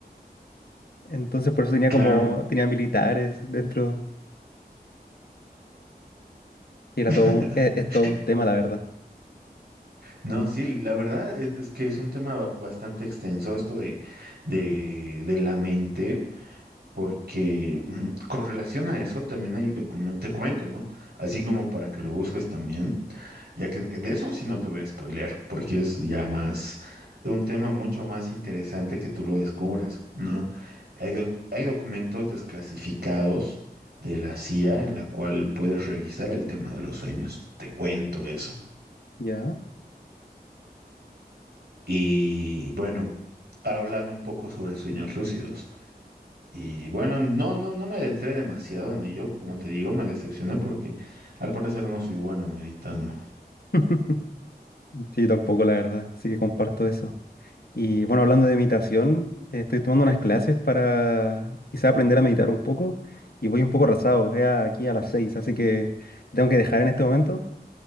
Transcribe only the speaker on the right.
claro.
<laughs>
No, sí, la verdad es, es que es un tema ba- bastante extenso esto de, de, de la mente. Porque ujú, con relación a eso también hay documentos, te comento, ¿no? Así como para que lo busques también, ya que eh, de eso sí no te voy a spoilear, porque es ya más un tema mucho más interesante que tú lo descubras, ¿no? Hay, doc- hay documentos desclasificados de la CIA en la cual puedes revisar el tema de los sueños. Te cuento eso.
Y bueno, hablan un poco sobre sueños lúcidos. Y bueno, no, no, no me adentré demasiado en ello, como te digo, me decepcioné porque al parecer no soy bueno meditando.